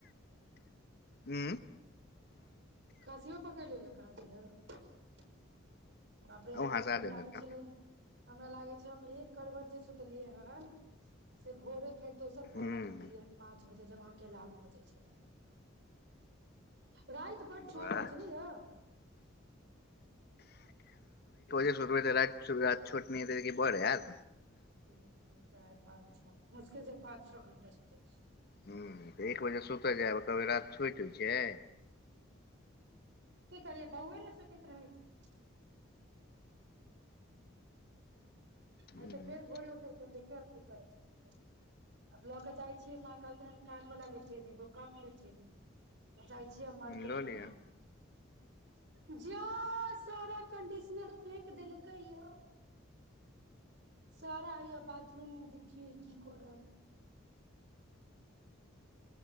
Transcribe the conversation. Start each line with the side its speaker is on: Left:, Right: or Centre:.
Left: हू
Right: खांसियो पकड़ि लेलक अहाँ के यौ <unintelligible> बापरे आइ
Left: ओ
Right: रातिमे
Left: हँसा देलक
Right: लाइन छलै हमरा लागे छै हम एक कड़बट जे सुतलियै हन से भोरे फेर दोसर
Left: हूँ
Right: करबट हम लेलियैन पाँच बजे जब अहाँ के लालु बजै छलै राति बड्ड छोट
Left: वाह
Right: होइ छै नै यौ
Left: श र छोट न बड़े यार
Right: द तीन चार पाँच छ मुश्किल से पाँच छः घण्टा सुतय छियै
Left: ह्म्म तऽ एक बजे सुतय जायब कहबै राति छोट होइ छै
Right: की करियै बौए ने सुतैत रहै छै
Left: हूँ
Right: आइ तऽ फेर भोरे उठै परतै देखियौ आब की करै छै आब लऽ केऽ चाहै छी माँ कहलकैहन कानवला लेथिन एगो कप लेथिन तऽ जाइ छियै हम मार्केट
Left: लऽ
Right: कनि
Left: लिअ
Right: जा सारा कंडीशनर फेेक देलकै यौ सारा हैयै बाथरूममे देखियौ की कऽ रहल